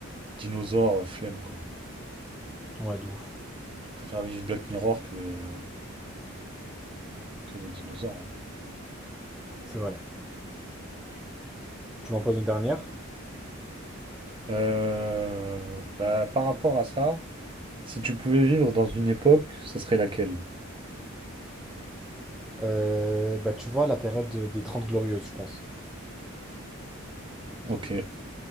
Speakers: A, on the right (about 25°); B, in the centre.
A: Dinosaures, euh, flemme quoi.
B: Ouais, de ouf.
A: Je préfère vivre Black Mirror que, que les dinosaures. hein.
B: C'est vrai. Tu m'en poses une dernière?
A: Euh, bah, par rapport à ça, si tu pouvais vivre dans une époque, ça serait laquelle?
B: Euh, bah, tu vois, la période de- des trente glorieuses, je pense.
A: Ok.